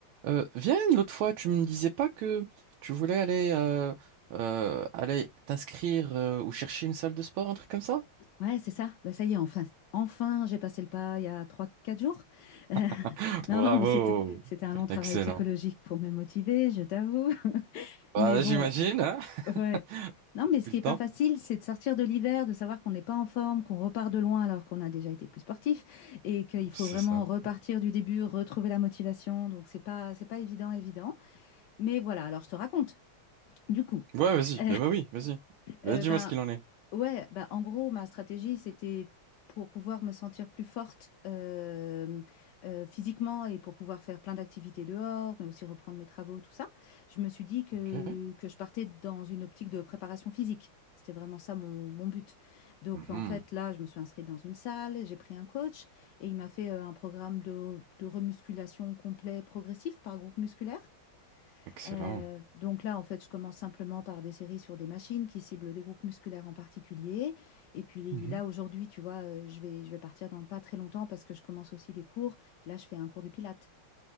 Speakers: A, on the right; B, on the left.
A: Euh, viens, l'autre fois, tu me disais pas que tu voulais aller, euh, euh, aller t'inscrire euh, ou chercher une salle de sport, un truc comme ça?
B: Ouais, c'est ça. Bah, ça y est, enfin, enfin, j'ai passé le pas il y a trois, quatre jours. <laughs> Euh,
A: <laughs>
B: non,
A: Bravo!
B: non, mais c'était, c'était un long travail
A: Excellent.
B: psychologique pour me motiver, je t'avoue. <laughs>
A: Bah,
B: Mais bon,
A: j'imagine, hein,
B: ouais.
A: <laughs>
B: Non,
A: depuis
B: mais ce qui
A: le
B: est
A: temps.
B: pas facile, c'est de sortir de l'hiver, de savoir qu'on n'est pas en forme, qu'on repart de loin alors qu'on a déjà été plus sportif et qu'il faut
A: C'est
B: vraiment
A: ça.
B: repartir du début, retrouver la motivation. Donc, c'est pas, c'est pas évident, évident. Mais voilà. Alors, je te raconte. Du coup,
A: Ouais, vas-y.
B: <laughs>
A: Bien, bah oui, vas-y. Bah,
B: Euh,
A: dis-moi
B: ben,
A: ce qu'il en est.
B: ouais, ben, en gros, ma stratégie, c'était pour pouvoir me sentir plus forte euh, euh, physiquement et pour pouvoir faire plein d'activités dehors, mais aussi reprendre mes travaux, tout ça. Je me suis dit que,
A: Ok.
B: que je partais dans une optique de préparation physique. C'était vraiment ça mon, mon but. Donc,
A: Mhm.
B: en fait, là, je me suis inscrite dans une salle, j'ai pris un coach et il m'a fait euh, un programme de, de remusculation complet progressif par groupe musculaire.
A: Excellent.
B: Euh, donc là, en fait, je commence simplement par des séries sur des machines qui ciblent des groupes musculaires en particulier. Et puis
A: Mhm.
B: là, aujourd'hui, tu vois, euh, je vais, je vais partir dans pas très longtemps parce que je commence aussi des cours. Là, je fais un cours de pilates.